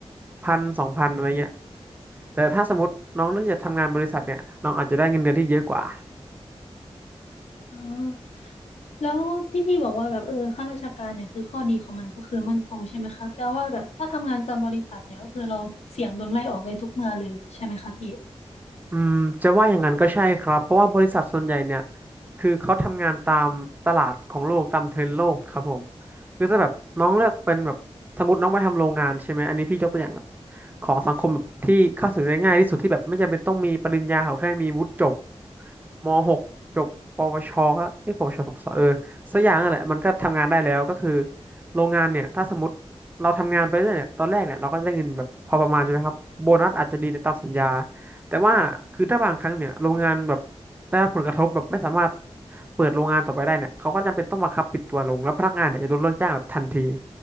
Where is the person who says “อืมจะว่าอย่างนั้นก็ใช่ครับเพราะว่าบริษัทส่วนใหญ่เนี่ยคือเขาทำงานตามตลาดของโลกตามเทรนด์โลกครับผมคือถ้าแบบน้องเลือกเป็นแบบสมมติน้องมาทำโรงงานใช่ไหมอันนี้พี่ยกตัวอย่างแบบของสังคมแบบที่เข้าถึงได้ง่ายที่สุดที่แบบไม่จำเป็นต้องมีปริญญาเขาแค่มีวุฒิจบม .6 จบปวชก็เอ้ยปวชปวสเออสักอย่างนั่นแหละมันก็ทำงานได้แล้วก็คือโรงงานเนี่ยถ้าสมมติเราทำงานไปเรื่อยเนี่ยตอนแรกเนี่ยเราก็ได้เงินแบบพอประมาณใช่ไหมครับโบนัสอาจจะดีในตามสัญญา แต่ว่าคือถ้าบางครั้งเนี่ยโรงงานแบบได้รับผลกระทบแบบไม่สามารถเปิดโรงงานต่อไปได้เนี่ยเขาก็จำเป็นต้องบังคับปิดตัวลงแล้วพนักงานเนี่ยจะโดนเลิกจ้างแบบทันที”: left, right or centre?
Right